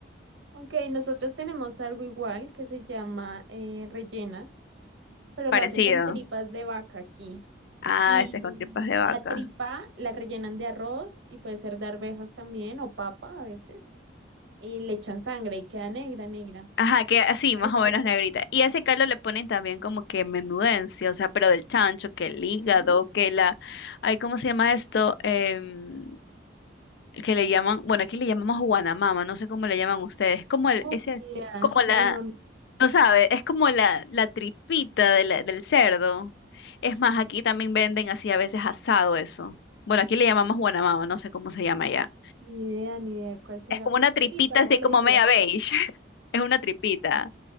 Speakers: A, on the right (about 80°); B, on the left (about 65°).
A: Ok, nosotros tenemos algo igual que se llama eh, rellenas, pero
B: parecido.
A: lo hacen con tripas de vaca aquí.
B: Ah,
A: Y
B: este es con tripas de vaca.
A: la tripa la rellenan de arroz y puede ser de arvejas también o papa a veces. Y le echan sangre y queda negra, negra.
B: Ajá, que así,
A: Pero
B: más
A: son
B: o menos
A: las tripas.
B: negrita. Y a ese caldo le ponen también como que menudencia, o sea, pero del chancho, que el hígado,
A: Ujú.
B: que la... Ay, ¿cómo se llama esto? Em, que le llaman, bueno, aquí le llamamos guanamama, no sé cómo le llaman ustedes. Como el,
A: Uf,
B: ese,
A: ni idea.
B: como la,
A: No, no, no,
B: Tú sabes, es como la, la tripita de la- del cerdo. Es más, aquí también venden así a veces asado eso. Bueno, aquí le llamamos guanamama, no sé cómo se llama allá.
A: ni idea, ni idea. ¿Cuál será?
B: Es como
A: Pues
B: una tripita
A: tripas,
B: así
A: yo le
B: como
A: diría.
B: media beige. <laughs> Es una tripita.